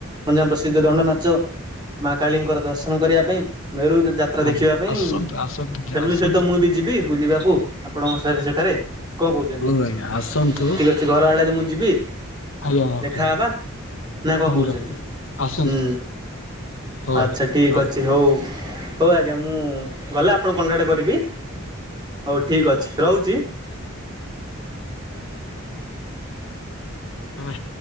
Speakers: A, on the right; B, on the left.
A: ଗଞ୍ଜାମ ପ୍ରସିଦ୍ଧ ଦଣ୍ଡ ନାଚ ମା କାଳୀଙ୍କର ଦର୍ଶନ କରିବା ପାଇଁ ମେରୁ ଯ ଯା ତ୍ରା ଦେଖିବା
B: ଆଜ୍ଞା
A: ପାଇଁ
B: ଆସନ୍ତୁ ଆସନ୍ତୁ
A: ଫ୍ୟାମିଲି
B: କି ଆସନ୍ତୁ
A: ସହିତ ମୁଁ ବି ଯିବି ବୁଲିବାକୁ ଆପଣଙ୍କ ସିଆଡ଼େ ସେଠାରେ କଣ କହୁଛନ୍ତି
B: ହଉ ଆଜ୍ଞା ଆସନ୍ତୁ
A: ଠିକ୍ ଅଛି ଘର ଆଡେ ଯେ ମୁଁ ଯିବି?
B: ଆଜ୍ଞା ରଖନ୍ତୁ।
A: ଦେଖାହବା ନା କଣ
B: ପୁଣି
A: କହୁଛନ୍ତି
B: ରଖ ଆସନ୍ତୁ
A: ହୁଁ
B: ହଉ
A: ଆଚ୍ଛା
B: ଆଜ୍ଞା
A: ଠିକ୍
B: ରହ
A: ଅଛି ହଉ। ହଉ ଆଜ୍ଞା ମୁଁ ଗଲେ ଆପଣଙ୍କୁ କଣ୍ଟାକ୍ଟ କରିବି ହେଉ ଠିକ୍ ଅଛି ରହୁଛି।
B: ହଁ।